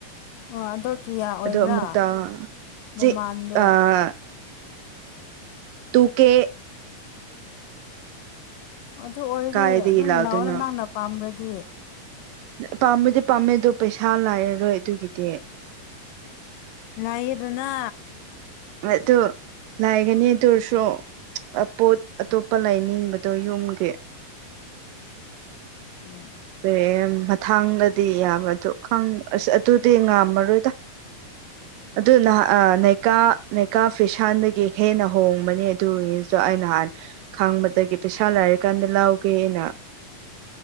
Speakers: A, on the left; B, on the right.
A: ꯑꯣ ꯑꯗꯣ ꯀꯌꯥ ꯑꯣꯏꯕ꯭ꯔꯥ
B: ꯑꯗꯣ ꯑꯃꯨꯛꯇ
A: ꯃꯃꯥꯟꯗꯣ
B: ꯆꯤꯛ ꯑꯥ ꯇꯨ ꯀ
A: ꯑꯗꯨ ꯑꯣꯏꯔꯗꯤ
B: ꯀꯥꯏꯗꯒꯤ
A: ꯑꯗꯨꯝ
B: ꯂꯥꯛꯗꯣꯏꯅꯣ
A: ꯅꯅꯥꯑꯣꯅ ꯅꯅꯥꯪꯅ ꯄꯥꯝꯝꯕ꯭ꯔꯗꯤ
B: ꯄꯥꯝꯃꯗꯤ ꯄꯥꯝꯃꯦꯗ ꯄꯩꯁꯥ ꯂꯥꯏꯔꯔꯣꯏ ꯑꯗꯨꯒꯤꯗꯤ
A: ꯂ ꯑꯗꯨꯅ
B: ꯑꯗꯨ ꯂꯥꯏꯒꯅꯤ ꯇꯔꯁꯨ ꯄꯣꯠ ꯑꯇꯣꯞꯄ ꯂꯥꯏꯅꯤꯡꯕꯗꯣ ꯌꯨꯝꯒꯤ
A: <unintelligible> ꯎꯝ
B: ꯐ ꯃꯊꯥꯡꯗꯗꯤ ꯌꯥꯝꯕ ꯑꯗꯨ ꯑꯁ ꯑꯗꯨꯗꯤ ꯉꯥꯝꯃꯔꯣꯏꯗ ꯑꯗꯨꯍ ꯏꯀꯥ ꯂꯩꯦꯀꯥ ꯐꯁꯥꯟꯗꯒꯤ ꯍꯦꯟꯅ ꯍꯣꯡꯕꯅꯤ ꯑꯗꯨꯒꯤꯁꯨ ꯑ ꯅꯍꯥꯟ ꯈꯪꯕꯗꯒꯤ ꯄꯩꯁꯥ ꯂꯥꯏꯔꯤ ꯔ ꯀꯥꯟꯗ ꯂꯥꯎꯒꯦꯅ